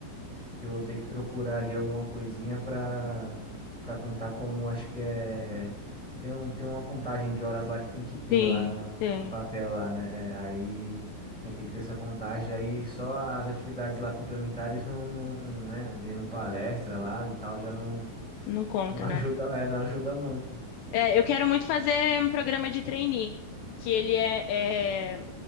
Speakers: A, in the centre; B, on the left (about 80°).
A: que eu vou ter que procurar ali alguma coisinha para para contar como acho que é tem um, tem uma contagem de horas lá que tem que ter
B: Sim,
A: lá no,
B: tem.
A: no papel lá, né? É, aí aí tem que ter essa contagem aí só as atividades lá complementares não, não, né, vendo palestra lá e tal já não
B: Não conta,
A: não <laughs>
B: né?
A: ajuda, é, não ajuda muito.
B: É, eu quero muito fazer um programa de trainee, que ele é, é